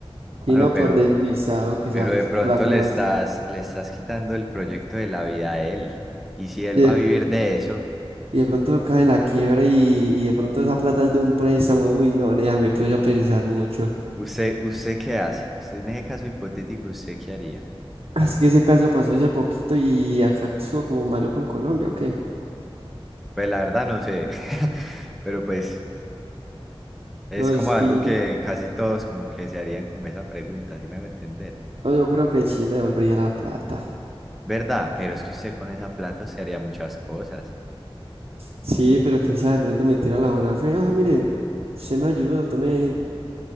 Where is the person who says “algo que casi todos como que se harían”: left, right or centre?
Centre